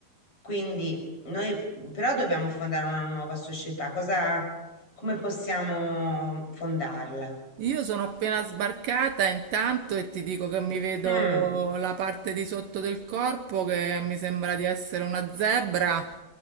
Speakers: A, on the left; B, on the right.
A: quindi noi però dobbiamo fondare una nuova società, cosa, come possiamo fondarla?
B: Io sono appena sbarcata intanto e ti dico che mi vedo
A: Mm.
B: la parte di sotto del corpo che mi sembra di essere una zebra,